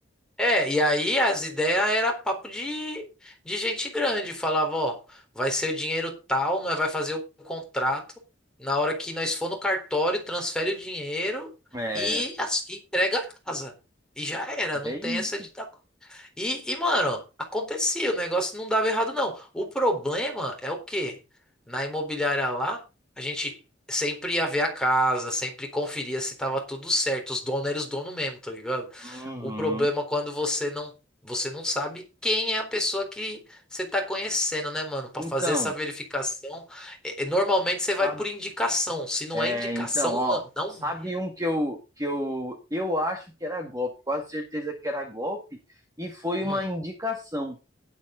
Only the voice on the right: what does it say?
É,
é
isso.
Uhum.
Então,
sabe-
é,
então, ó,
sabe
um que eu que eu eu acho que era golpe, quase certeza que era golpe, e foi
uma indicação.